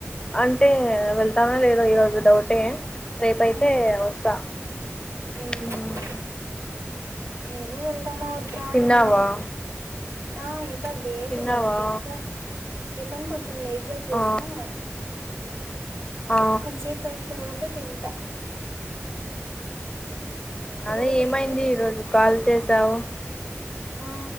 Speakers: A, on the left; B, on the right.
A: అంటే వెళ్తానా లేదో ఈరోజు డౌటే రేపైతే
B: ఉమ్
A: వస్తా
B: ఉమ్
A: హ్మ్
B: నేను వెళ్దామా వద్దా అని
A: తిన్నావా?
B: ఉన్నాం ఆ ఇ లేదు
A: తిన్నావా?
B: మళ్ళ తింటా టిఫిన్ కొంచెం లేట్గా చేసినా
A: ఆ ఆ
B: కొంతసేపు అయిన తర్వాత తింటా ఈ
A: అద
B: రోజు
A: ఏమైంది
B: ఏమైందో
A: ఈరోజు
B: తెల్
A: కాల్ చేసావు
B: ఆ